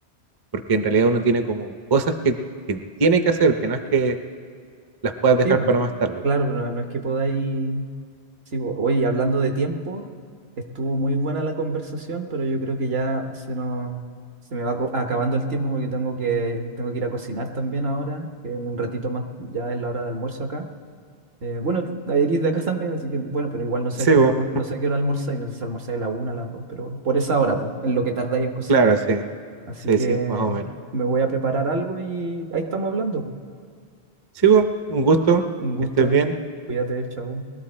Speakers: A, on the right; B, on the right.
A: porque en realidad uno tiene como cosas que que tiene que hacer, que no es que las puedas dejar
B: Sí, pues.
A: para más tarde.
B: Claro, pues no, no es que podáis. Sí, po. oye, y hablando de tiempo, estuvo muy buena la conversación, pero yo creo que ya se nos, se me va co- acabando el tiempo porque tengo que, tengo que ir a cocinar también ahora, que en un ratito más ya es la hora de almuerzo acá. Eh, bueno, tú eres de acá también, así que bueno, pero igual no sé
A: Sí,
B: a qué hora
A: bo,
B: almor- no sé a qué hora almorzáis, no sé si almorzáis a la una, a las dos, pero por esa hora, pues, en lo que tardáis en cocinar.
A: claro, sí,
B: Así
A: sí,
B: que
A: sí, más o menos.
B: me voy a preparar algo y ahí estamos hablando.
A: Sí, bo, un gusto,
B: Un gusto,
A: que estés bien.
B: ¿eh? cuídate, chao.